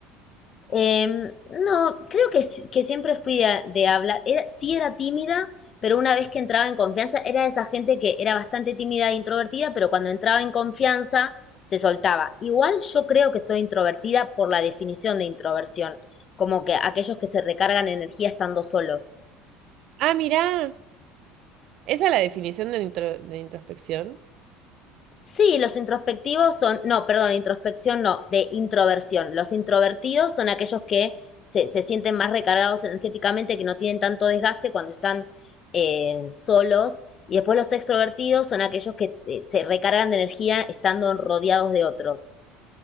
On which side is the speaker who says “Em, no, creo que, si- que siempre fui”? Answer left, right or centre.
Left